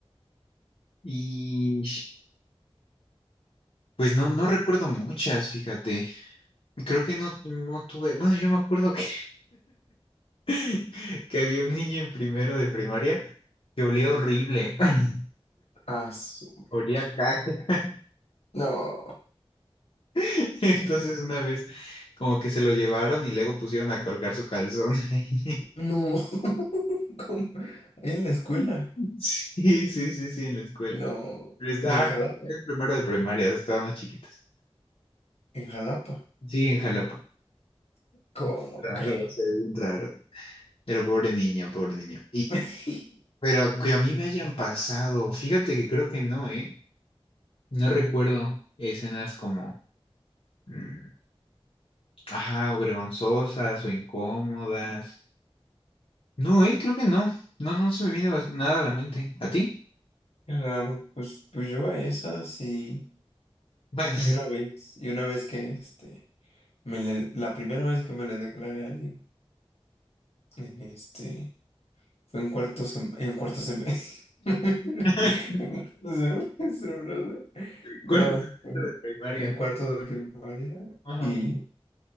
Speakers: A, on the left; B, on the left.
A: Y pues no, no recuerdo muchas, fíjate. Creo que no, no tuve. Bueno, yo me acuerdo que, <laughs> que había un niño en primero de primaria que olía horrible. <clears throat> <laughs>
B: Ah, su mecha.
A: Olía a caca.
B: No,
A: <laughs> Entonces una vez como que se lo llevaron y luego pusieron a colgar su calzón ahí.
B: no, <laughs> ¿cómo? En la escuela.
A: <laughs> Sí, sí, sí, sí, en la escuela.
B: No,
A: Pero estaba
B: y en Jalapa,
A: en primero de primaria, estábamos chiquitas.
B: en Jalapa,
A: Sí, en Jalapa.
B: ¿cómo
A: Bien Raro,
B: cree?
A: o sea, bien raro. Pero pobre niño, pobre niño.
B: <laughs>
A: Pero que a mí me hayan pasado, fíjate que creo que no, ¿eh? No recuerdo escenas como, mm, ajá, o vergonzosas o incómodas. No, ¿eh? Creo que no. No, no se me viene bas- nada a la mente. ¿A ti?
B: Claro, pues, pues yo a esas y
A: Bueno,
B: Y una vez, y una vez que este, me le- la primera vez que me le declaré a alguien, en este, fue en cuarto sem- en cuarto semestre. <laughs>
A: <laughs>
B: En cuarto semestre, brother. No,
A: cuarto semestre
B: fue en,
A: de primaria.
B: en cuarto de primaria
A: Ajá,
B: y,